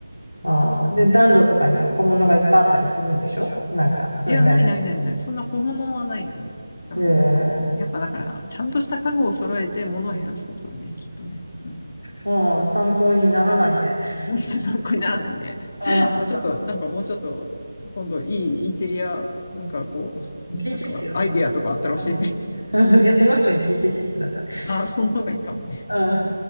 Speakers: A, on the left (about 85°); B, on the left (about 35°).
A: ああ。で、暖炉とかにも小物がいっぱいあったりするんでしょなんか、それなりに。
B: いや、ないないないない。そんな小物はないのよ。だからなんかもう、
A: ええ。
B: やっぱだから、ちゃんとした家具を揃えて物を減らすことだね、きっとね。うん。
A: うん、参考にならないね。
B: <laughs> 参考にならないね。
A: ああ。
B: まあ、ちょっと、なんかもうちょっと、今度いいインテリア、なんかこう、
A: 聞いてきてよ、
B: なんかアイディアとかあったら教えて。
A: その人。うん
B: <laughs>
A: <laughs> いや、その人に聞いてきてください。
B: ああ、その方がいいかもね。
A: うん。